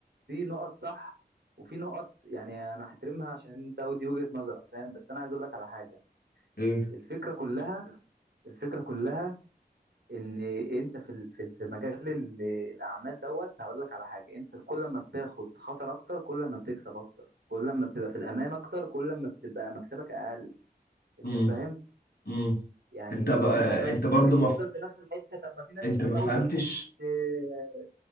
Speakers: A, on the right (about 90°); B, on the left (about 70°).
A: في نقط صح وفي نقط يعني انا احترمها عشان انت ودي وجهة نظرك فاهم بس انا عايز اقول لك على حاجة
B: ايه
A: الفكرة كلها الفكرة كلها ان انت في ال- في ال- في مجال ال- الاعمال دوت هقول لك على حاجة انت كل ما بتاخد خطر اكتر كل ما بتكسب اكتر كل ما بتبقى في الامان اكتر كل ما بتبقى مكسبك اقل انت
B: امم
A: فاهم
B: امم
A: يعني
B: انت بقى
A: انت لا
B: انت
A: انت
B: برضو
A: ممكن
B: ما
A: تفضل
B: ف...
A: في نفس الحتة طب ما في ناس
B: انت
A: كتير
B: ما
A: قوي
B: فهمتش
A: فتحت اه،